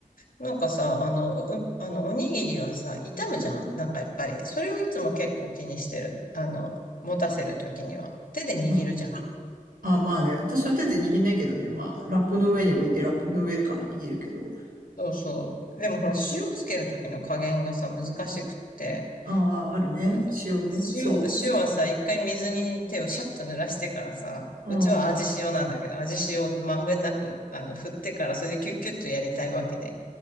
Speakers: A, on the left; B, on the right.
A: なんかさ、あの、う、あの、おにぎりはさ、傷むじゃんなんかやっぱり。それをいつも結構気にしてる。あの、持たせるときには。手で握るじゃん。
B: まあ、あ、まあね、私は手で握んないけどね、まあラップの上に置いてラップの上でから握るけど。
A: そうそう。でもほら、塩つけるときの加減がさ、難しくって。
B: ああ、あるね。
A: なんか、
B: 塩ね。そうね。
A: 塩、塩はさ、一回水に手をシャッと濡らしてからさ、
B: うん。
A: うちは味塩なんだけど、味塩をまんべんなく、あの、振ってから、それでキュッキュッとやりたいわけね。